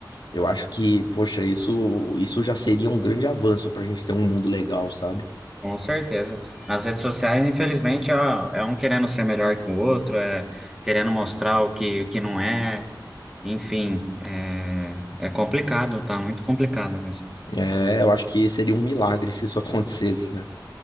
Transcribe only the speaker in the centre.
Com certeza. Nas redes sociais, infelizmente, é, é um querendo ser melhor que o outro, é querendo mostrar o que, o que não é. Enfim, é, é complicado, tá muito complicado mesmo.